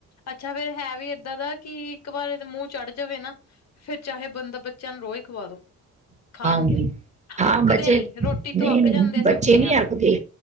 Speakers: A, on the left; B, on the right.
A: ਅੱਛਾ ਫੇਰ ਹੈ ਵੀ ਇਏਦਾਂ ਦਾ ਕਿ ਇਕ ਵਾਰ ਏਦੇ ਮੂੰਹ ਚੜ ਜਾਵੇ ਨਾ, ਫੇਰ ਚਾਹੇ ਬੰਦਾ ਬੱਚਿਆਂ ਨੂੰ ਰੋਜ ਖਵਾ ਦੋ। ਖਾਣਗੇ!
B: ਹਾਂਜੀ ਹਾਂ
A: ਅੱਕਦੇ
B: ਬੱਚੇ
A: ਨੀ, ਰੋਟੀ
B: ਨਹੀਂ
A: ਤੋਂ ਅੱਕ
B: ਨਹੀਂ
A: ਜਾਂਦੇ ਸਬਜ਼ੀਆਂ
B: ਬੱਚੇ ਨਹੀਂ
A: ਤੋਂ
B: ਆਖਦੇ